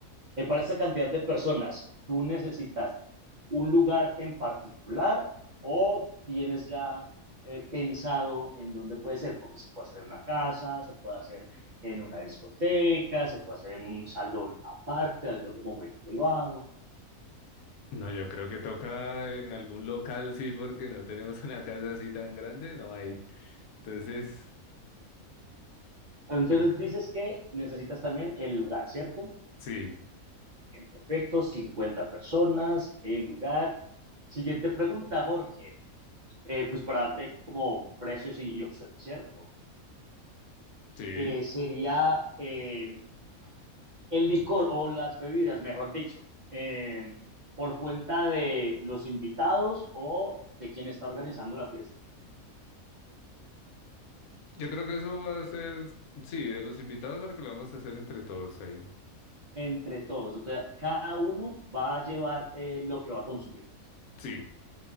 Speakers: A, on the right; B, on the left.
A: eh, para esta cantidad de personas, ¿tú necesitas un lugar en particular o tienes ya eh, pensado en dónde puede ser? Porque se puede hacer en una casa, se puede hacer en una discoteca, se puede hacer en un salón aparte, algo como muy privado.
B: No, yo creo que toca en algún local, sí, porque no tenemos <laughs> una casa así tan grande, no hay. Entonces,
A: Entonces
B: yo creo.
A: dices que necesitas también el lugar, ¿cierto?
B: Sí,
A: Bien, perfecto, 50 personas, el lugar. Siguiente pregunta, Jorge. Eh, pues para darte como precios y, y opciones, ¿cierto?
B: sí.
A: eh, sería eh, el licor o las bebidas, mejor dicho, eh, por cuenta de los invitados o de quien está organizando la fiesta,
B: Yo creo que eso va a ser, sí, de los invitados para que lo vamos a hacer entre todos ahí.
A: entre todos. Entonces, cada uno va a llevar eh, lo que va a consumir.
B: Sí,